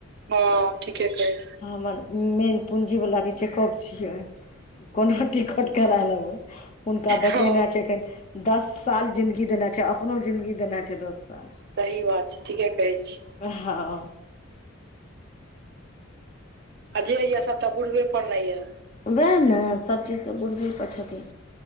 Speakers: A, on the right (about 50°); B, on the left (about 30°).
A: हँ ठीके कहै
B: हमर मेन पूँजी वला के चेकअप छियै कोना टिकट करा लेबै हुनका बचेनाइ
A: हँ
B: छै एखन दस साल जिन्दगी देने छै अपनो जिन्दगी देने छै दस साल
A: सही बात छै ठीके कहै छी
B: हँ
A: आ जे या सबटा बुढ़बे पर ने ये
B: वैह ने सभचीज तऽ बुढ़बे पर छथिन